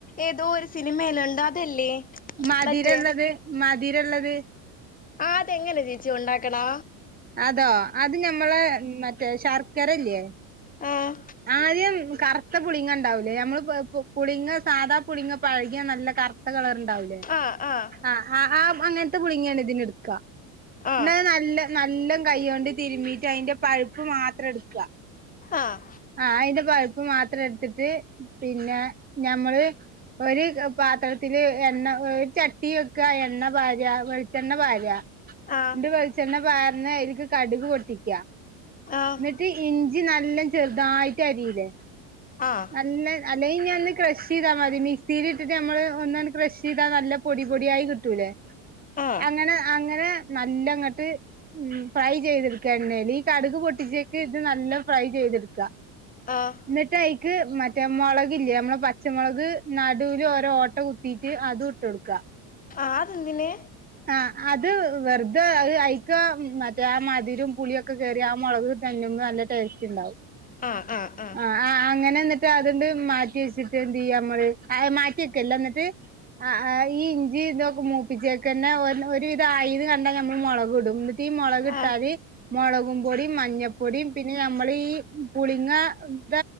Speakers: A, on the left (about 20°); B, on the right (about 20°).
A: ഏതോ ഒരു സിനിമേലുണ്ടോ അതല്ലേ
B: മധിരള്ളത്
A: മറ്റേ
B: മധിരള്ളത്
A: ആ തെങ്ങനെ ചേച്ചി ഉണ്ടാക്കണാ
B: അതോ അത് ഞമ്മളെ മറ്റേ ശർക്കരല്ലേ
A: ആഹ്
B: ആദ്യം കറുത്ത പുളിങ്ങ ഉണ്ടാവൂലേ നമ്മള് പുളിങ്ങ സാദാ പുളങ്ങ പഴകിയ നല്ല കറു കറുത്ത കളർ ഉണ്ടാവില്ലേ
A: ആഹ് ആഹ്
B: ആ അങ്ങനത്തെ പുളങ്ങാണ് ഇതിന് എടുക്ക
A: ആഹ്
B: ആ നല്ല നല്ല കൈ കൊണ്ട് തിരുമ്മീട്ട് അതിന്റെ പഴുപ്പ് മാത്രം എടുക്കുക
A: ആഹ്
B: ആ അതിന്റെ പഴുപ്പ് മാത്രം എടുത്തിട്ട് പിന്നെ ഞമ്മള് ഒരു പാത്രത്തില് എണ്ണ ചട്ടി വെക്കുക എണ്ണ പാല വെളിച്ചെണ്ണ പാല
A: ആഹ്
B: ഇണ്ട് വെളിച്ചെണ്ണ പർന്ന അനിക്ക് കടുക് പൊട്ടിക്കാ
A: ആഹ്
B: ട്ട് ഇഞ്ചി നല്ല ചെറുതായിട്ട് അരിയില്ലേ
A: ആഹ്
B: നല്ല അല്ലെങ്കിൽ ഇഞ ഒന്ന് കെ ക്ഷ് ചെയ്താ മതി മിക്സിൽ ഇട്ടിട്ട് നമ്മള് ഒന്നന്ന് ക ക്ഷ് ചെയ്താ നല്ല പൊടി പൊടിയായി കിട്ടും കിട്ടുല്ലേ
A: ആഹ്
B: അങ്ങനെ അങ്ങനെ നല്ലങ്ങോട്ട് ഉ ഫ്രൈ ചെയ്തെടുക്ക എണ്ണേല് ഈ കടുക് പൊട്ടിച്ചേക്ക് ഇത് നല്ല ഫ്രൈ ചെയ്തെടുക്ക
A: ആഹ്
B: എന്നിട്ടയ്ക്ക് മ മറ്റ മുളകില്ലേ നമ്മള് പച്ചമുളക് നടുവിൽ ഓരോ ഓട്ട കുത്തിട്ട് അത് ഇട്ട് കൊടുക്കുക
A: ആ അ ന്തിന്
B: ആ അത് വെറുതെ അത് അയ് ക്ക് മറ്റേ ആ മധുരം പുളിയൊക്കെ കേറി ആ മുളക് തന്നെന്ന് നല്ല ടേസ്റ്റ് ഉണ്ടാവും
A: ആഹ് ആഹ് ആഹ്
B: ആ ആ അങ്ങനെ എന്നിട്ട് അതണ്ട് മാറ്റി വെച്ചിട്ട് എന്ത് ചെയ്യമ്മള് മാറ്റി വക്കല്ല എന്നിട്ട് ആ ഈ ഇഞ്ചിഇതൊക്കെ മൂപ്പിച്ചേക്കന്നെ ഒരുവിധം ആയിന്ന് കണ്ടാ ഞമ്മൾ മുളക് ഇടും തീ മുളക്ഇട്ടാല്
A: ആഹ്
B: മുളകും പൊടിയും മഞ്ഞൾപ്പൊടിയും പിന്നെ ഞമ്മൾ ഈ പുളിങ്ങ ഇ